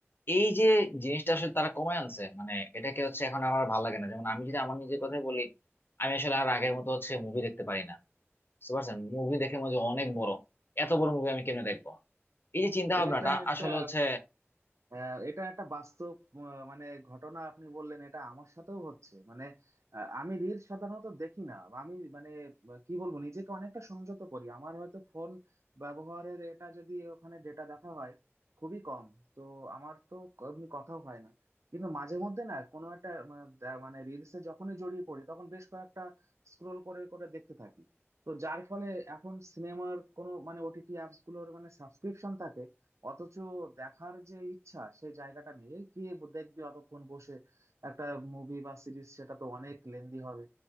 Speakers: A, on the left; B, on the right.
A: এই যে জিনিসটা আসলে তারা কমায় আনছে মানে এটাকে হচ্ছে এখন আমার ভালো লাগে না যেমন আমি যদি আমার নিজের কথাই বলি আমি আসলে আর আগের মতো হচ্ছে মুভি দেখতে পারি না বুঝতে পারছেন মুভি দেখে মনে হয় যে অনেক বড় এত বড় মুভি আমি কেমনে দেখবো এই যে চিন্তা ভাবনাটা
B: এটা একটা
A: আসলে হচ্ছে
B: হ্যাঁ, এটা একটা বাস্তব আহ, মানে ঘটনা আপনি বললেন এটা আমার সাথেও হচ্ছে মানে আহ, আমি রিল সাধারণত দেখি না আমি মানে আহ, কি বলবো নিজেকে অনেকটা সংযত করি আমার হয়তো ফোন ব্যবহারের এটা যদি ওখানে ডেটা দেখা হয় খুবই কম তো আমার তো এমনি কথাও হয় না কিন্তু মাঝে মধ্যে না কোনো একটা আহ, দে- মানে রিলসে যখনই জড়িয়ে পড়ি তখন বেশ কয়েকটা স্ক্রোল করে করে দেখতে থাকি তো যার ফলে এখন সিনেমার কোনো মানে ওটিটি অ্যাপস গুলোর মানে সাবস্ক্রিপশন অথচ দেখার যে ইচ্ছা সেই জায়গাটা নেই এই কে ব- দেখবে অতক্ষণ বসে একটা মুভি বা সিরিজ সেটা তো অনেক লেন্দি হবে